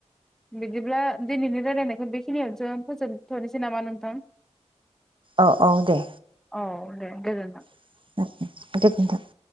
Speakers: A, in the centre; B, on the right.
A: बिदिब्ला दिनैनि रायलायनायखौ बेखिनियावसो फोजोबथनोसै नामा नोंथां?
B: अ औ दे।
A: औ दे गोजोन्थों।
B: <unintelligible>